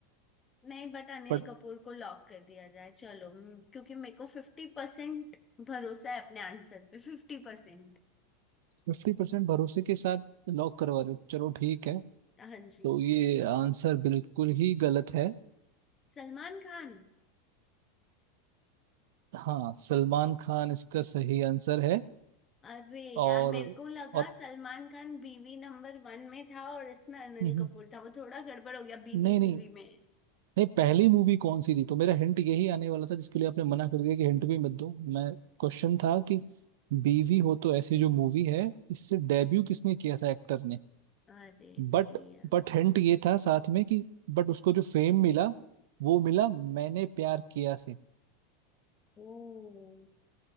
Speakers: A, on the left (about 25°); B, on the right (about 75°).
A: नहीं बट अनिल
B: बट
A: कपूर को लॉक कर दिया जाए चलो म- क्योंकि मेरे को फिफ्टी परसेंट भरोसा है अपने आंसर पे फिफ्टी परसेंट
B: फिफ्टी परसेंट भरोसे के साथ लॉक करवा रहे हो चलो ठीक है
A: हाँ
B: तो
A: जी
B: ये आंसर बिल्कुल ही गलत है
A: सलमान खान
B: हाँ सलमान खान इसका सही आंसर है
A: अरे
B: और
A: यार मेरे को लगा
B: और
A: सलमान खान बीवी नंबर वन में था और इसमें अनिल
B: हम्म,
A: कपूर था वो थोड़ा गड़बड़ हो गया बीवी
B: नहीं
A: बीवी
B: नहीं
A: में
B: नहीं पहली मूवी कौन सी थी तो मेरा हिंट यही आने वाला था जिसके लिए आपने मना कर दिया कि हिंट भी मत दो मैं क्वेश्चन था कि बीवी हो तो ऐसी जो मूवी है इससे डेब्यू किसने किया था एक्टर ने
A: अरे
B: बट
A: भैया
B: बट हिंट ये था साथ में कि बट उसको जो फेम मिला वो मिला मैंने प्यार किया से
A: ओ